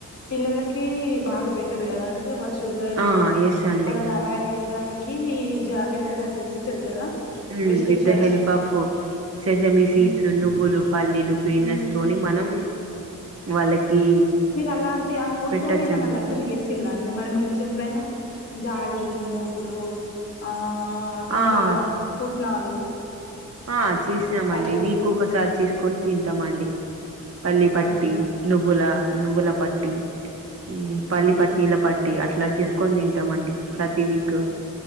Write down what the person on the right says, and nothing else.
ఆ ఎస్ అండి
ఉ
with
the help of sesame
seeds నువ్వులు పల్లీలు పీనట్స్
తోని మనం వాళ్ళకి
పెట్టచ్చండి
ఆ
ఆ చేసినామండి
వీక్ కు ఒకసారి చేసుకొని తింటామండి పల్లీ పట్టి
నువ్వుల నువ్వుల పట్టి మ్మ్ పల్లి
పట్టీల పట్ టి అట్లా చేసుకొని తింటామండి ప్రతి వీక్